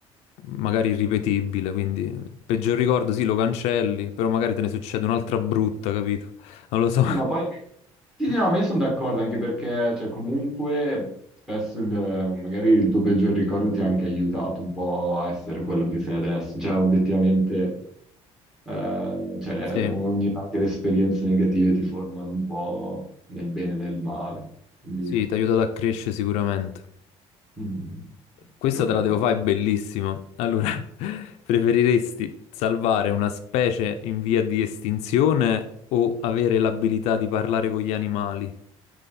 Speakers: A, on the left; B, in the centre.
A: magari irripetibile. Quindi il peggior ricordo sì, lo cancelli, però magari te ne succede un'altra brutta, capito? Non lo so.
B: Sì, ma poi... Sì, sì,
A: <laughs>
B: no, ma io sono d'accordo anche perché, cioè, comunque, spesso il- magari il tuo peggior ricordo ti ha anche aiutato un po' a essere quello che sei adesso. Cioè, obiettivamente, eh, cioè,
A: Sì.
B: ogni- anche le esperienze negative ti formano un po' nel bene e nel male. Quindi,
A: Sì, ti ha aiutato a crescere sicuramente.
B: mm,
A: Questa
B: ti
A: te
B: ricordo.
A: la devo fare, è bellissima. Allora, <laughs> preferiresti salvare una specie in via di estinzione o avere l'abilità di parlare con gli animali?